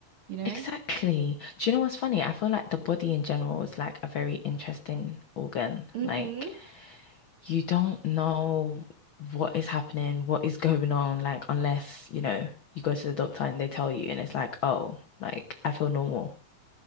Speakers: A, on the right (about 50°); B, on the left (about 70°).
A: you know?
B: Exactly. Do you know what's funny? I feel like the body in general is like a very interesting organ.
A: Mm-hmm.
B: Like you don't know what is happening, what is <laughs> going on, like unless, you know, you go to the doctor and they tell you and it's like, oh, like I feel normal.